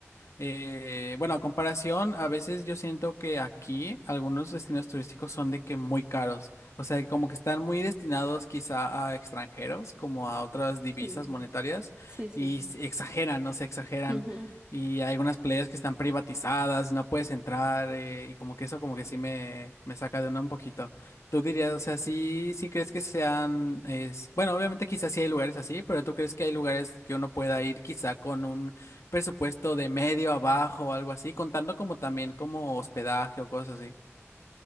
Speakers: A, on the left (about 85°); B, on the right (about 20°).
A: eh, bueno, a comparación, a veces yo siento que aquí algunos destinos turísticos son de que muy caros, o sea, como que están muy destinados quizá a extranjeros, como a otras divisas
B: Sí,
A: monetarias,
B: sí, sí.
A: y se exageran, no se exageran.
B: Ujú.
A: Y hay algunas playas que están privatizadas y no puedes entrar eh, y como que eso como que sí me, me saca de onda un poquito. ¿Tú dirías, o sea, sí, sí crees que sean, es, bueno, obviamente quizás sí hay lugares así, pero ¿tú crees que hay lugares que uno pueda ir quizá con un presupuesto de medio abajo o algo así, contando como también como hospedaje o cosas así?